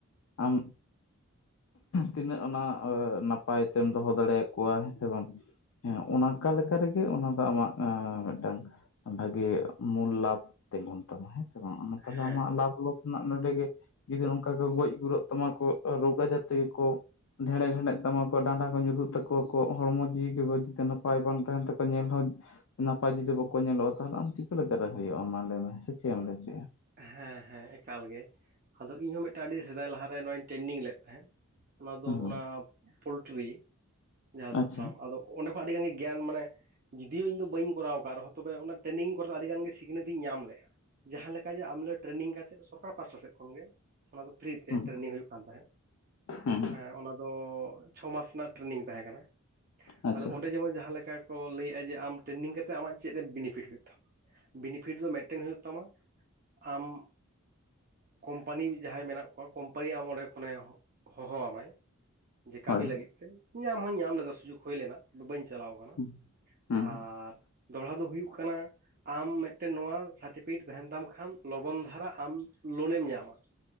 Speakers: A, on the left (about 65°); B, on the right (about 40°).
A: ᱟᱢ ᱛᱤᱱᱟᱹᱜ ᱚᱱᱟ ᱱᱟᱯᱟᱭ ᱛᱮᱢ ᱫᱚᱦᱚ ᱫᱟᱲᱮᱭᱟᱠᱚᱣᱟ, ᱥᱮ ᱵᱟᱝ ᱦᱮᱸ ᱚᱱᱠᱟ ᱞᱮᱠᱟ ᱨᱮᱜᱮ ᱚᱱᱟ ᱫᱚ ᱟᱢᱟᱜ ᱢᱤᱫᱴᱟᱝ, ᱵᱷᱟᱜᱤ ᱢᱩᱞ ᱞᱟᱵᱷ ᱛᱤᱸᱜᱩᱱ ᱛᱟᱢᱟ ᱦᱮᱸᱥᱮ ᱵᱟᱝ ᱛᱟᱦᱞᱮ
B: ᱦᱮᱸ
A: ᱟᱢᱟᱜ ᱞᱟᱵᱷ ᱱᱟᱜ ᱱᱚᱰᱮ ᱜᱮ ᱡᱩᱫᱤ ᱱᱚᱝᱠᱟ ᱠᱚ ᱜᱚᱡ ᱜᱩᱨᱚᱜ ᱛᱟᱢᱟ ᱠᱚ ᱨᱳᱜ ᱡᱟᱛᱮ ᱜᱮᱠᱚ ᱰᱷᱮᱲᱮ ᱰᱮᱲᱦᱮᱫ ᱛᱟᱢᱟᱠᱚ ᱰᱟᱸᱰᱟ ᱠᱚ ᱧᱩᱨᱩᱜ ᱛᱟᱠᱚᱣᱟ᱾ ᱟᱠᱚᱣᱟᱜ ᱦᱚᱲᱢᱚ ᱡᱤᱣᱤᱮ ᱜᱮ ᱡᱚᱫᱤ ᱱᱟᱯᱟᱭ ᱵᱟᱝ ᱛᱟᱦᱮᱱ ᱛᱟᱠᱚᱣᱟ ᱧᱮᱞ ᱦᱚᱸ ᱱᱟᱯᱟᱭ ᱡᱩᱫᱤ ᱵᱟᱠᱚ ᱧᱮᱞᱚᱜᱼᱟ ᱛᱟᱦᱚᱞᱮ ᱟᱢ ᱪᱤᱠᱟᱹ ᱞᱮᱠᱟᱨᱮ ᱦᱩᱭᱩᱜᱼᱟ ᱢᱟ ᱞᱟᱹᱭ ᱢᱮ ᱥᱮ ᱪᱮᱫ ᱮᱢ ᱞᱟᱹᱭ ᱞᱮᱪᱚᱭᱟ᱾
B: ᱦᱮᱸ ᱦᱮᱸ ᱮᱠᱟᱞ ᱜᱮ ᱟᱫᱚ ᱤᱧᱦᱚᱸ ᱢᱤᱫᱴᱟᱝ ᱟᱹᱰᱤ ᱥᱮᱫᱟᱭ ᱞᱟᱦᱟᱨᱮ ᱱᱚᱣᱟᱧ ᱴᱨᱮᱱᱤᱝ ᱞᱮᱫ ᱛᱟᱦᱮᱸᱫ, ᱚᱱᱟ ᱫᱚ
A: ᱦᱩᱸ ᱦᱩᱸ
B: ᱚᱱᱟ ᱯᱳᱞᱴᱨᱤ ᱡᱟᱦᱟᱸ ᱫᱚ
A: ᱟᱪᱪᱷᱟ
B: ᱯᱷᱟᱨᱢ ᱟᱫᱚ ᱚᱸᱰᱮ ᱠᱷᱚᱱ ᱟᱹᱰᱤ ᱜᱟᱱ ᱜᱮ ᱜᱮᱭᱟᱱ ᱢᱟᱱᱮ ᱡᱩᱫᱤᱭᱳ ᱤᱧ ᱫᱚ ᱵᱟᱹᱧ ᱠᱚᱨᱟᱣ ᱟᱠᱟᱫ ᱨᱮᱦᱚᱸ ᱛᱚᱵᱮ ᱚᱱᱟ ᱴᱨᱮᱱᱤᱝ ᱠᱚᱨᱮ ᱟᱹᱰᱤ ᱜᱟᱱ ᱜᱮ ᱥᱤᱠᱷᱱᱟᱹᱛ ᱤᱧ ᱧᱟᱢ ᱞᱮᱜᱼᱟ ᱡᱟᱦᱟᱸ ᱞᱮᱠᱟ ᱚᱱᱠᱟ ᱜᱮ ᱟᱢᱞᱮ ᱴᱨᱮᱱᱤᱝ ᱠᱟᱛᱮᱫ ᱥᱚᱨᱠᱟᱨ ᱯᱟᱦᱟᱴᱟ ᱥᱮᱫ ᱠᱷᱚᱱᱜᱮ ᱚᱱᱟ ᱯᱷᱤᱨᱤ ᱛᱮ
A: ᱦᱩᱸ
B: ᱴᱨᱮᱱᱤᱝ ᱦᱩᱭᱩᱜ ᱠᱟᱱ ᱛᱟᱦᱮᱸᱫ,
A: ᱦᱩᱸ
B: ᱮᱸ ᱚᱱᱟ ᱫᱚ ᱪᱷᱚ ᱢᱟᱥ ᱨᱮᱱᱟᱜ ᱴᱨᱮᱱᱤᱝ ᱛᱟᱦᱮᱸ ᱠᱟᱱᱟ᱾
A: ᱟᱪᱪᱷᱟ
B: ᱟᱫᱚ ᱚᱸᱰᱮ ᱡᱮᱢᱚᱱ ᱡᱟᱦᱟᱸᱞᱮᱠᱟ ᱠᱚ ᱞᱟᱹᱭᱮᱫᱼᱟ ᱡᱮ ᱟᱢ ᱴᱨᱮᱱᱤᱝ ᱠᱟᱛᱮᱫ ᱟᱢᱟᱜ ᱪᱮᱫ ᱵᱤᱱᱤᱯᱷᱤᱴ ᱦᱩᱭᱩᱜ ᱛᱟᱢᱟ ᱵᱤᱱᱤᱯᱷᱤᱴ ᱫᱚ ᱢᱤᱫᱴᱮᱱ ᱦᱩᱭᱩᱜ ᱛᱟᱢᱟ ᱟᱢ ᱠᱳᱢᱯᱟᱱᱤ ᱡᱟᱦᱟᱸᱭ ᱢᱮᱱᱟᱜ ᱠᱚᱣᱟ ᱠᱳᱢᱯᱟᱱᱤ ᱟᱢ ᱚᱸᱰᱮ ᱠᱷᱚᱱᱮ ᱦᱚᱦᱚ ᱟᱢᱟᱭ ᱡᱮ ᱠᱟᱹᱢᱤ
A: ᱦᱳᱭ
B: ᱞᱟᱹᱜᱤᱫ ᱛᱮ ᱧᱟᱢ ᱦᱚᱧ ᱧᱟᱢ ᱞᱮᱫᱟ ᱥᱩᱡᱳᱜᱽ ᱦᱩᱭ ᱞᱮᱱᱟ, ᱵᱟᱹᱧ ᱪᱟᱞᱟᱣ ᱠᱟᱱᱟ
A: ᱦᱩᱸ ᱦᱩᱸ
B: ᱟᱨ ᱫᱚᱦᱲᱟ ᱫᱚ ᱦᱩᱭᱩᱜ ᱠᱟᱱᱟ ᱟᱢ ᱢᱤᱫᱴᱮᱱ ᱱᱚᱣᱟ ᱥᱟᱨᱴᱤᱯᱷᱤᱠᱮᱴ ᱛᱟᱦᱮᱱ ᱛᱟᱢ ᱠᱷᱟᱱ ᱟᱢ ᱞᱚᱜᱚᱱ ᱫᱷᱟᱨᱟ, ᱟᱢ ᱞᱳᱱᱮᱢ ᱧᱟᱢᱟ ᱾